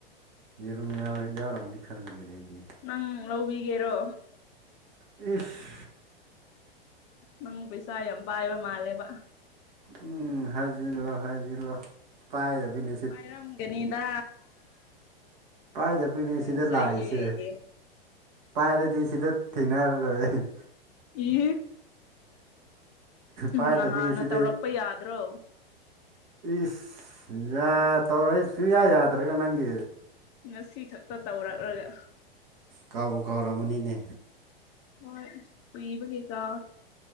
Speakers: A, on the right; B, on the left.
A: ꯌꯦꯔꯨꯝ ꯌꯥꯎꯔꯕꯗꯤ ꯈꯜꯂꯨꯕꯅꯦ ꯑꯩꯗꯤ
B: ꯅꯪ ꯂꯧꯕꯤꯒꯦꯔꯣ
A: ꯑꯦꯐ
B: ꯅꯪ ꯄꯩꯁꯥ ꯌꯥꯝ ꯄꯥꯏꯕ ꯃꯥꯜꯂꯦꯕ
A: ꯎꯝ ꯍꯥꯏꯖꯤꯔ ꯂꯣ ꯍꯥꯏꯖꯤꯔꯂꯣ ꯄꯥꯏꯗꯕꯤꯅꯦ
B: ꯄꯥꯏꯔꯝꯒꯅꯤꯗ
A: ꯄꯥꯏꯗꯕꯅꯦ
B: ꯊꯥꯖꯩꯌꯦ
A: ꯁꯤꯗ ꯂꯥꯛꯏꯁꯦ ꯄꯥꯏꯔꯗꯤ ꯁꯤꯗ ꯊꯦꯡꯅꯔꯔꯣꯏ
B: ꯏ
A: ꯄꯥꯏꯗꯕꯒꯤ
B: ꯅꯍꯥꯟꯅ
A: ꯁꯤꯗ
B: ꯇꯧꯔꯛꯄ ꯌꯥꯗ꯭ꯔꯣ
A: ꯏꯁ ꯌꯥ ꯇꯧꯔꯦ ꯁꯨꯡꯌꯥ ꯌꯥꯗ꯭ꯔꯒ ꯅꯪꯒꯤ
B: ꯉꯁꯤ ꯈꯛꯇ ꯇꯧꯔꯛꯂꯒ
A: ꯀꯥꯎꯕꯨ ꯀꯥꯎꯔꯝꯃꯅꯤꯅꯦ
B: ꯍꯣꯏ ꯀꯏꯕ ꯀꯩꯀꯥ